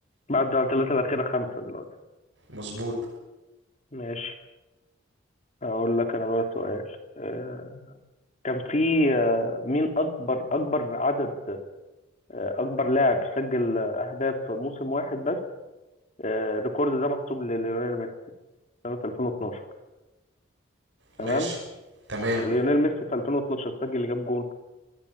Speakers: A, on the left; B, on the right.
A: بعد على الثلاثه الاخيره خمسه دلوقتي
B: مظبوط
A: ماشي اقول لك انا بقى سؤال أه... كان في آه، مين اكبر اكبر عدد آه، اكبر لاعب سجل آه، اهداف في موسم واحد بس أه... الريكورد ده محسوب لليونيل ميسي سنه 2012 تمام
B: ماشي تمام
A: ليونيل ميسي في 2012 سجل كام جون